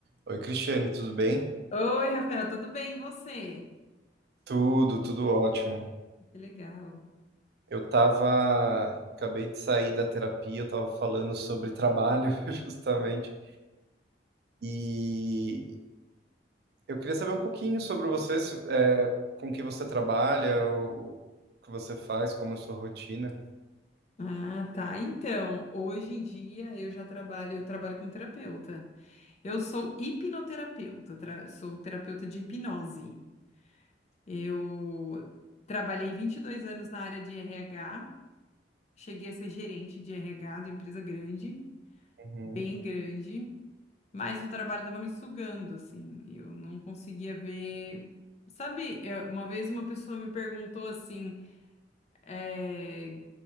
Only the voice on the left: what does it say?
Oi, Rafael, tudo bem? E você?
Que legal.
Ah, tá. Então, hoje em dia eu já trabalho, eu trabalho como terapeuta. Eu sou hipnoterapeuta, tra- sou terapeuta de hipnose. Eu trabalhei 22 anos na área de RH, cheguei a ser gerente de RH de empresa grande,
bem grande, mas o trabalho estava me sugando, assim, eu não conseguia ver. Sabe, é, uma vez uma pessoa me perguntou assim, eh,